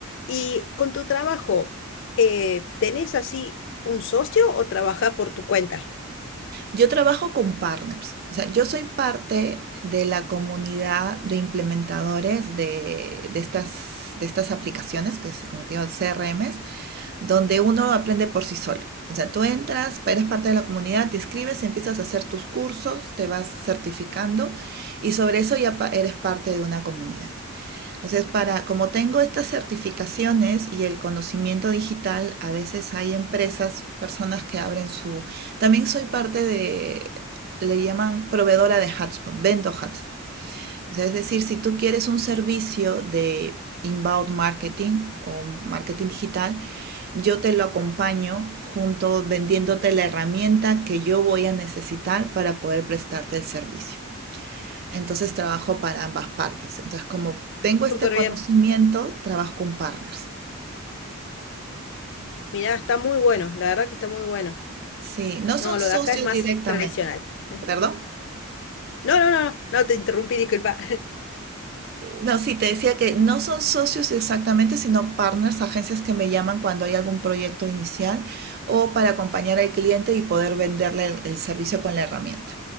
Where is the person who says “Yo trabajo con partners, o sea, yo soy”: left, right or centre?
Right